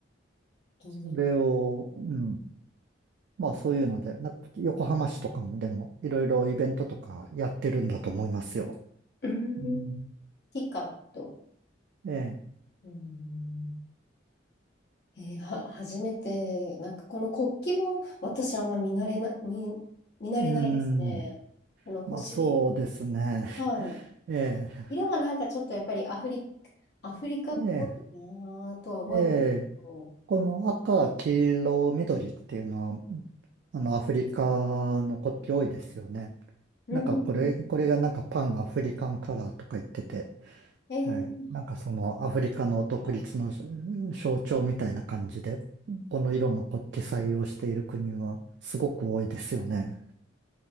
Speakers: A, on the left (about 60°); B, on the right (about 65°).
A: 気に。
B: それを、うん。まあそういうので、なんか横浜市とかもでも、いろいろイベントとかやってるんだと思いますよ。
A: うー
B: うん。
A: ん。ティカと。
B: ええ、
A: うーんえーは、初めて、なんかこの国旗も私あんま見慣れな、見、見慣れないですね。
B: うん。
A: この星、
B: まあそうですね。
A: はい。
B: <laughs> ええ、
A: 色はなんかちょっとやっぱりアフリ、アフリカっぽいなぁとは思いますけど。
B: ええ、ええ。この赤、黄色、緑っていうのは、あの、アフリカの国旗多いですよね。
A: うんうん。
B: なんかこれ、これがなんかパンアフリカンカラーとか言ってて、
A: えー、
B: はい。なんかそのアフリカの独立の
A: ほら。
B: 象徴みたいな感じで、この色の国旗採用している国はすごく多いですよね。